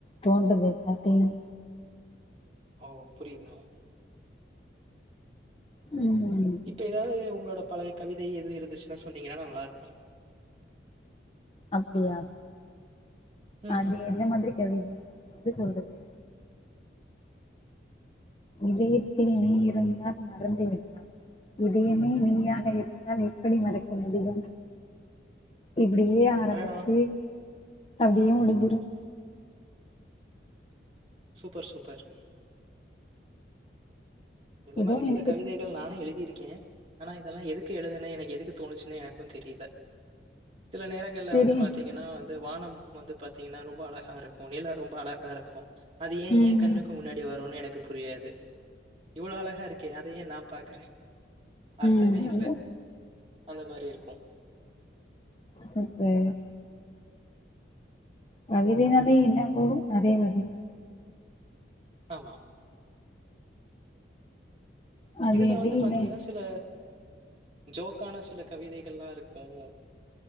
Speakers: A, on the left; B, on the right.
A: தோண்டுது எல்லாத்தையும்
B: ஓ புரியுதுங்க
A: ம்
B: இப்ப ஏதாவது உங்களோட பழைய கவிதை எதுவும் இருந்துச்சுன்னா சொன்னீங்கன்னா நல்லா இருக்கும்
A: அப்படியா
B: ம்.
A: அது என்ன மாதிரி கவிதை எப்புடி சொல்றது இதயத்தில் நீ இருந்தால் மறந்து விடலாம் இதையுமே நீயாக இருந்தால் எப்படி மறக்க முடியும் இப்டியே ஆரம்பிச்சு
B: அடடா!
A: அப்டியே முடிஞ்சிரும்
B: சூப்பர் சூப்பர் இந்த
A: ஏதோ
B: மாதிரி சில
A: எனக்கு
B: கவிதைகள் நானே எழுதிருக்கேன் ஆனா இதெல்லாம் எதுக்கு எழுதுன எனக்கு எதுக்கு தோணுச்சுன்னு எனக்கும் தெரியல சில நேரங்கள்ல
A: தெரியு
B: வந்து பாத்தீங்கன்னா வந்து வானம் வந்து பாாத்தீங்கன்னா ரொம்ப அழகா இருக்கு நிலா ரொம்ப அழகா இருக்கு அது ஏ
A: ம்
B: எ கண்ணுக்கு முன்னாடி வரும்னு எனக்கு புரியாது இவ்ளோ அழகா இருக்கே அதையே நான் பாக்குற அர்த்தமே
A: ம் அந்த
B: இல்ல அந்த மாரி இருக்கும்
A: சூப்ப கவிதைனாலே என்னவோ அதே வருது தா
B: ஆமா
A: அது
B: இதுல
A: எப்டினு
B: வந்து பாத்தீங்கன்னா சில ஜோக்கான சில கவிதைகள்லா இருக்கும்